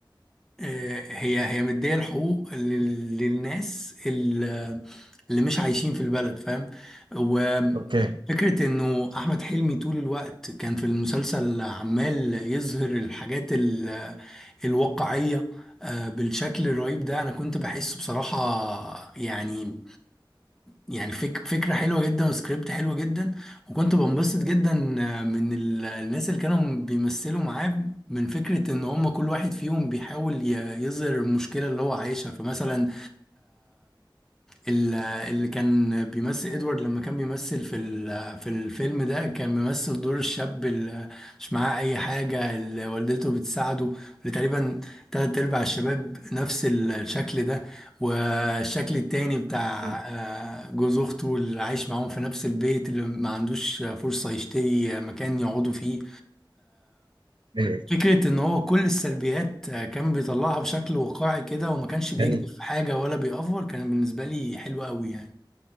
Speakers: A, in the centre; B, on the right.
A: آه، هي هي مدية الحقوق لل- للناس ال- اللي مش عايشين في البلد فاهم وفكرة
B: اوكي
A: إنه أحمد حلمي طول الوقت كان في المسلسل عمال يظهر الحاجات ال- الواقعية آه، بالشكل الرهيب ده أنا كنت بحسه بصراحة يعني يعني فك فكرة حلوة جدا وسكريبت حلو جدا وكنت بنبسط جدا من ال- الناس اللي كانوا بيمثلوا معاه من فكرة ان هم كل واحد فيهم بيحاول ي- يظهر المشكلة اللي هو عايشها فمثلا ال- اللي كان بيمثل ادوارد لما كان بيمثل في ال- في الفيلم ده كان بيمثل دور الشاب اللي مش معاه اي حاجه اللي والدته بتساعده اللي تقريبا تلات ارباع الشباب نفس الشكل ده والشكل التاني بتاع
B: أمم.
A: آه، جوز اخته اللي عايش معاهم في نفس البيت اللي ما عندوش فرصه يشتري مكان يقعدوا فيه
B: ايوه
A: فكرة إن هو كل السلبيات آه، كان بيطلعها بشكل واقعي كده وما كانش بيكذب
B: يعني
A: في حاجة ولا بيأفور كان بالنسبة لي حلو قوي يعني